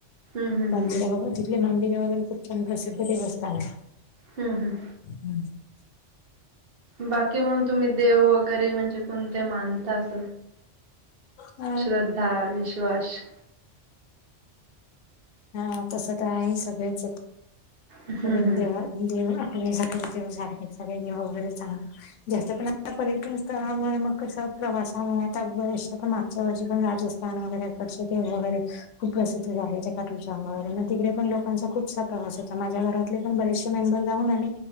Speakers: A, on the right; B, on the left.
A: हम्म हम्म
B: मंदिर
A: हम्म
B: वगैरे. तिथले मंदिरे वगैरे खूप छान प्रसिद्ध देवस्थान आहे.
A: हम् हम्.
B: हम्म.
A: बाकी मग तुम्ही देव वगैरे म्हणजे कोणते मानता अस.
B: अ
A: श्रद्धा विश्वास.
B: हा तस तर आहे सगळेच
A: हम्म
B: सगळेच
A: हम्म
B: देवात. दे आपल्यासाठी देव सारखे सग देव वगैरे चांग. जास्त प पर्यटन स्थळामुळे मग कस प्रवासामुळे आता बऱ्याचा पणग. त्याच्या व पण राजस्थान वगैरेकडचे ते वगैरे. खूप प्रसिद्ध झाले त्या काटु वगरे मग तिकडे पण लोकांचा खूपसा प्रवास होता माझ्या घरात. तिकडे पण बरेचसे मेंबर जाऊन आले.